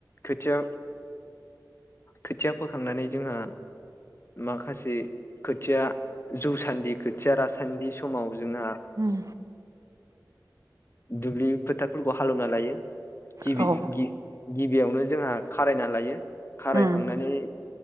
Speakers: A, on the left (about 35°); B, on the right (about 50°).
A: खुथिया खोथिया फोखांनानै जोंहा माखासे खोथिया जौ सान्दि खो‌थिया रास थान्दि समाव जों हां
B: उम
A: दुबलिथारबो हालोवना लायो। गिबि
B: औ
A: गि गिबियावनो जोंहा खारायना लायो खारायखांनानै
B: उम